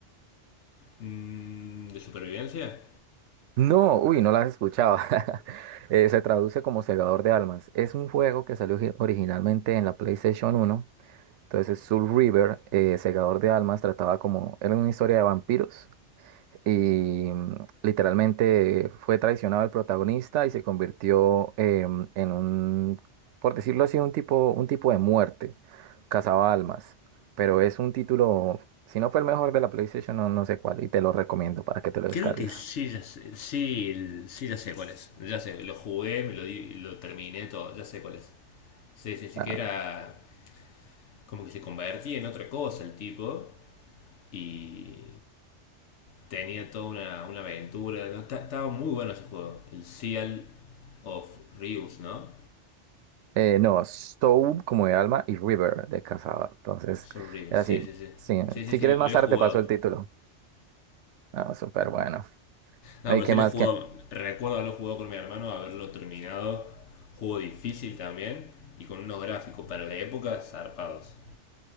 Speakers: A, on the left (about 75°); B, on the right (about 80°).
A: Mm, ¿De supervivencia?
B: No, uy, no las escuchaba. <laughs> Eh, se traduce como Segador de Almas. Es un juego que salió gi- originalmente en la PlayStation uno. Entonces, Soul River, eh, Segador de Almas, trataba como, era una historia de vampiros. Y mm, literalmente fue traicionado el protagonista y se convirtió em, en un, por decirlo así, un tipo, un tipo de muerte. Cazaba almas. Pero es un título, si no fue el mejor de la PlayStation, no, no sé cuál. Y te lo recomiendo para que te lo descargues.
A: Creo que sí, ya sé, sí, el- sí, ya sé cuál es. Ya sé, lo jugué, me lo, di- lo terminé todo, ya sé cuál es. Sí, sí, sí,
B: Ah,
A: que era como que se convertía en otra cosa el tipo y tenía toda una, una aventura. ¿no? Ta- Estaba muy bueno ese juego. El Seal of Reus, ¿no?
B: Eh, no, Soul como de alma y River de cazador. Entonces,
A: Soul Reus,
B: era
A: sí,
B: así.
A: sí, sí.
B: Sí,
A: Sí, sí,
B: si
A: sí,
B: quieres
A: lo
B: más
A: he
B: tarde
A: jugado.
B: te paso el título. No, súper bueno.
A: No,
B: ¿Y
A: pero
B: qué
A: sí
B: más
A: lo he jugado.
B: que?
A: Recuerdo haberlo jugado con mi hermano, haberlo terminado. Juego difícil también. Y con unos gráficos para la época zarpados.